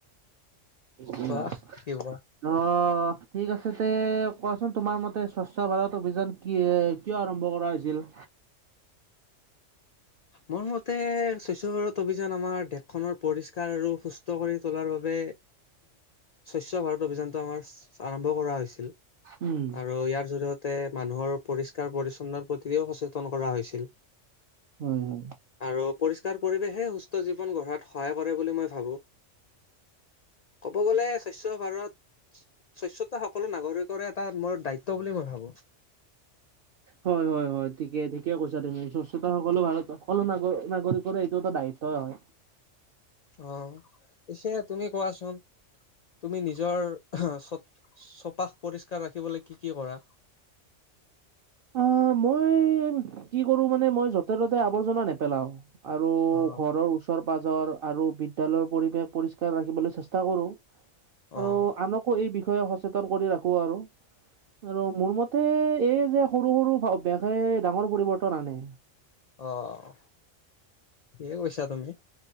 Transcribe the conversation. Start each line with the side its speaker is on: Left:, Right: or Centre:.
Right: <unintelligible>
Left: কোৱা কি কোৱা
Right: ন ঠিক আছে তে। কোৱাচোন তোমাৰ মতে স্বচ্ছ ভাৰত অভিযান কি, কিয় আৰম্ভ কৰা হৈছিল?
Left: মোৰ মতে স্বচ্ছ ভাৰত অভিযান আমাৰ দেশখনৰ পৰিষ্কাৰ আৰু সুছ <unintelligible> কৰি তোলাৰ বাবে স্বচ্ছ ভাৰত অভিযানটো আমাৰ আৰম্ভ কৰা হৈছিল আৰু
Right: উম
Left: ইয়াৰ জৰিয়ত তে মানুহৰ পৰিষ্কাৰ পৰিছন্নৰ প্ৰতিও সচেতন কৰা হৈছিল।
Right: হয়, হয়।
Left: আৰু পৰিষ্কাৰ পৰিৱেশে সুস্থ জীৱন গঢ়াত সহায় কৰে বুলি মই ভাবো। ক'ব গ'লে স্বচ্ছ ভাৰত স্বচ্ছতা সকলো নাগৰিকৰে এটা মোৰ দায়িত্ব বুলি মই ভাবো। <inaudible>
Right: হয়-হয়-হয় ঠিকে-ঠিকে কৈছা তুমি। স্বচ্ছতা সকলো ভাৰত সকলো ন নাগৰিকৰে এইটো এটা দায়িত্বই হয়।
Left: অ, পিছে তুমি কোৱাচোন। তুমি নিজৰ চ চপাশ পৰিষ্কাৰ ৰাখিবলৈ কি কি কৰা?
Right: অ, মই কি কৰো মানে মই যতে-ত'তে আৱৰ্জনা নেপেলাও। আৰু
Left: অ',
Right: ঘৰৰ ওচৰ-পাজৰ আৰু বিদ্যালয়ৰ পৰিৱেশ পৰিষ্কাৰ ৰাখিবলৈ চেষ্টা কৰোঁ। আৰু
Left: অ',
Right: আনকো এই বিষয়ে সচেতন কৰি ৰাখো আৰু। আৰু মোৰ মত <unintelligible> এই যে সৰু সৰু অভ্যাসে ডাঙৰ পৰিৱৰ্তন আনে।
Left: অ', ঠিকে কৈছা তুমি